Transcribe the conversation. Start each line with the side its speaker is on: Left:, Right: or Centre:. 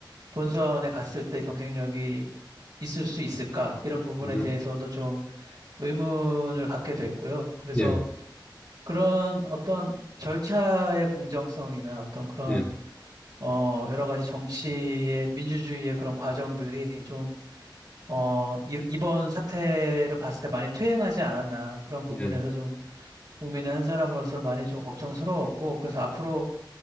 Right: 본선에 갔을 때 경쟁력이 있을 수 있을까? 이런 부분에
Left: 음,
Right: 대해서도 좀 의문을 갖게 됐고요. 그래서
Left: 예,
Right: 그런 어떤 절차의 공정성이나 어떤 그런
Left: 예,
Right: 어 여러 가지 정치의 민주주의의 그런 과정들이 좀 어, 이- 번 사태를 봤을 때 많이 퇴행하지 않았나 그런 부분에서
Left: 예,
Right: 좀 국민의 한 사람으로서 많이 좀 걱정스러웠고 그래서 앞으로